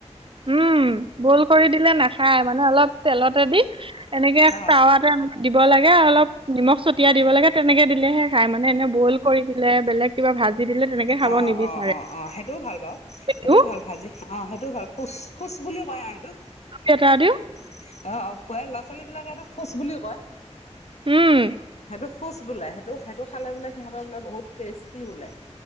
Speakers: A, on the right; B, on the left.
A: উম, বইল কৰি দিলে নাখায় মানে অলপ তেলতে দি এনেকে
B: অ
A: টাৱাতে দিব লাগে আৰু অলপ নিমখ ছটিয়া দিব লাগে তেনেকে দিলেহে খাই মানে এনে বইল কৰি দিলে বেলেগ কিবা ভাজি দিলে তেনেকে খাব
B: অ'-অ'-অ'-অ'
A: নিবিচাৰে
B: সেইটোও ভাল বাও সেইটোও
A: দিও
B: ভাল ভাজি অ' সেইটোও ভাল ফোচ ফোচ বুলিও কয় আৰু সেইটো।
A: এটাইদিও।
B: অ প্ৰায় ল'ৰা- ছোৱালী বিলাকে সেটো ফোজ বুলিও কয়
A: উম
B: সেইটো ফোচ বোলে সেইটো সেইটো খালে বোলে সিহঁতৰ বোলে বহুত টেষ্টি বোলে।